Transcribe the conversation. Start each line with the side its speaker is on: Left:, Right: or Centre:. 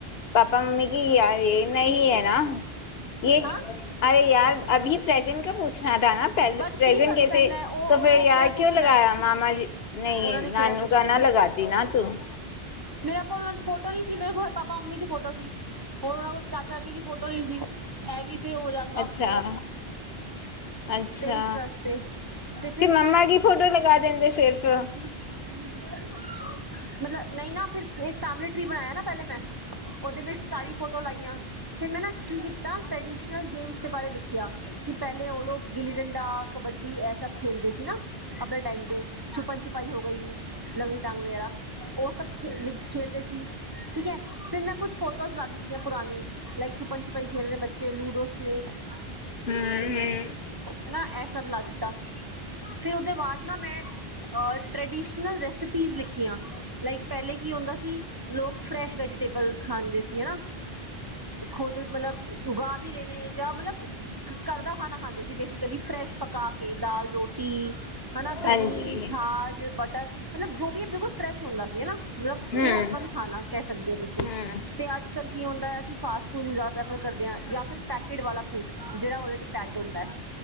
Left: ਪਾਪਾ-ਮੰਮੀ ਕੀ ਯਾਦ ਇਹ ਨਹੀ ਹੈ ਨਾ, ਯ
Right: ਹਾਂ
Left: ਅਰੇ ਯਾਰ ਅਭੀ ਪ੍ਰਜੈਂਟ ਕੇ ਪੁਛ ਹਾਂਦਾ ਨਾ ਪ੍ਰੇ-ਪ੍ਰੇਜੈਂਟ
Right: ਬਟ ਕੀ ਫ਼ਰਕ
Left: ਕੈਸੇ
Right: ਪੈਂਦਾ ਹੈ ਉਹ
Left: ਤੇ
Right: ਉਹਨਾਂ
Left: ਫਿਰ
Right: ਨੇ
Left: ਯਾਰ
Right: ਕਿਹੜਾ ਪੁੱਛਣਾ
Left: ਕਿਉਂ ਲਗਾਇਆ
Right: ਹੈ
Left: ਮਾਮਾ ਜੀ ਨਈ
Right: ਉਹਨਾਂ ਨੇ
Left: ਨਾਨੂ
Right: ਕਿਹੜਾ ਪੁੱਛਣਾ
Left: ਕਾ ਨਾ
Right: ਹੈ
Left: ਲਗਾਤੀ ਨਾ ਤੂੰਮ
Right: ਮੇਰੇ ਕੋਲ ਉਨਾ ਦੀ ਫੋਟੋ ਨੀ ਸੀ ਮੇਰੇ ਕੋਲ ਪਾਪਾ-ਮੰਮੀ ਦੀ ਫੋਟੋ ਸੀ, ਹੋਰ ਉਹਨਾਂ ਕੋਲ ਚਾਚਾ- ਚਾਚੀ ਦੀ ਫੋਟੋ ਨਹੀ ਸੀ, ਇਹ ਵੀ ਫੇਰ ਹੋ ਜਾਂਦਾ।
Left: ਅੱਛਾ ਅੱਛਾ,
Right: ਤੇ ਇਸ ਵਾਸਤੇ ਤੇ ਫਿਰ
Left: ਫੇਰ ਮੰਮਾ
Right: ਮੈਂ
Left: ਕੀ ਫੋਟੋ ਲਗਾ ਦਿੰਦੇ ਸਿਰਫ ਫੇਰ।
Right: ਮਤਲਬ ਨਈ ਨਾ ਫਿਰ ਇੱਕ ਫੈਮਲੀ ਟ੍ਰੀ ਬਣਾਇਆ ਨਾ ਪਹਿਲੇ ਮੈਂ ਉਹਦੇ ਵਿੱਚ ਸਾਰੀ ਫੋਟੋ ਲਾਈਆਂ। ਫਿਰ ਮੈਂ ਨਾ ਕੀ ਕੀਤਾ ਟਰਡੀਸ਼ਨਲ ਗੇਮਸ ਦੇ ਬਾਰੇ ਲਿਖਿਆ। ਕਿ ਪਹਿਲੇ ਓ ਗਿੱਲੀ ਡੰਡਾ, ਕਬੱਡੀ ਇਹ ਸਭ ਖੇਲਦੇ ਸੀ ਨਾ ਆਪਣੇ ਟਾਈਮ ਤੇ ਛੁਪਨ- ਛੁਪਾਈ ਹੋ ਗਈ। ਲੰਗੜੀ ਡੰਗ ਵਗੈਰਾ ਉਹ ਸਭ ਖੇ ਲਿਖ ਖੇਲਦੇ ਸੀ ਠੀਕ ਹੈ, ਫਿਰ ਮੈਂ ਕੁੱਛ ਫੋਟੋਜ਼ ਲਾ ਦਿੱਤੀਆ ਪੁਰਾਨੀ ਲਾਈਕ ਛੁਪਨ-ਛੁ ਕੋਈ ਖੇਲਦੇ ਬੱਚੇ ਲੂਡੋ-ਸਨੇਕਸ
Left: ਹੂੰ ਹੂੰ।
Right: ਹਨਾ ਇਹ ਸਭ ਲਾ ਦਿੱਤਾ, ਫਿਰ ਉਹਦੇ ਬਾਅਦ ਨਾ ਮੈਂ ਅ ਟ੍ਰਡੀਸ਼ਨਲ ਰੈਸਪੀਜ਼ ਲਿਖੀਆਂ, ਲਾਇਕ ਪਹਿਲੇ ਕੀ ਹੁੰਦਾ ਸੀ। ਲੋਕ ਫਰੈਸ਼ ਵੈਜੀਟੇਬਲ ਖਾਂਦੇ ਸੀ ਹਨਾ। ਖੁਦ ਮਤਲਬ ਉਗਾ ਵੀ ਰਏ ਨੇ ਜਾਂ ਮਲਬ ਸ ਘਰ ਦਾ ਖਾਨਾ ਖਾਣ ਸੀ ਬੇਸਿਕਲੀ ਫਰੈਸ਼ ਪਕਾ ਕੇ ਦਾਲ- ਰੋਟੀ ਹਨਾ ਦਹੀਂ,
Left: ਹਾਂਜੀ
Right: ਛਾਜ, ਬਟਰ ਮਤਲਬ ਜੋ ਵੀ ਬਿਲਕੁਲ ਫਰੈਸ਼ ਹੁੰਦਾ ਸੀ ਹਨਾ, ਮਤਲਬ
Left: ਹਮ
Right: ਸਿਹਤਮੰਦ ਖਾਣਾ ਕਹਿ ਸਕਦੇ ਔ ਤੁਸੀਂ।
Left: ਹਮ
Right: ਤੇ ਅੱਜ ਕੱਲ੍ਹ ਕੀ ਹੁੰਦਾ ਐ, ਅਸੀਂ ਫਾਸਟੂਡ ਨੂੰ ਜ਼ਿਆਦਾ ਪ੍ਰੈਫਰ ਕਰਦੇ ਆ ਜਾਂ ਫਿਰ ਪੈਕਕੇਟ ਵਾਲਾ ਫੂਡ ਜਿਹੜਾ ਆਔਲਰੇਡੀ ਪੈਕ ਡ ਹੁੰਦਾ